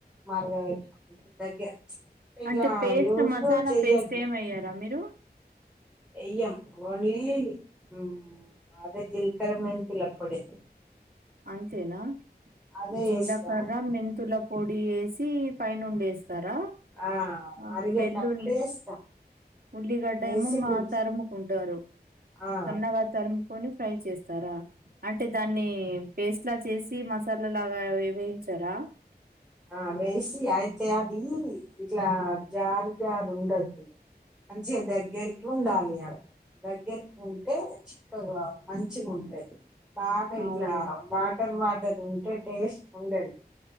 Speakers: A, in the centre; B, on the right.
A: మరగ పెట్టుకుంటే దగ్గ ఇట్లా
B: అంటే paste
A: loose
B: masala
A: loose చెయ్యద్దు
B: paste ఏమి వేయ్యారా మీరు
A: ఎయ్యం ఓన్లీ ఊమ్ బాగ జీలకర్ర మెంతుల పొడి
B: అంతేనా
A: అదే
B: జీలకర్ర
A: వేస్తాం
B: మెంతుల పొడి వేసి పైనుండేస్తరా
A: ఆ
B: ఆ
A: మరిగేటప్పుడు
B: వెల్లుల్లి
A: వేస్తాం
B: ఉల్లిగడ్డ
A: వేసి
B: ఏమో మా
A: దించు
B: తరుముకుంటారు
A: ఆ
B: సన్నగా తరుము కొని ఫ్రై చేస్తారా అంటే దాన్ని పేస్ట్ లా చేసి మసాలా లాగా వే వేయించారా?
A: ఆ వేసి అయితే అది ఇట్లా జార్ జారు ఉండద్దు మంచిగా దగ్గరికి ఉండాలి ఇగా దగ్ దగ్గరకి ఉంటే చిక్కగా మంచిగుంటది బాగా
B: అవును
A: ఇట్లా వాటర్ వా టర్ ఉంటే టేస్ట్ ఉండది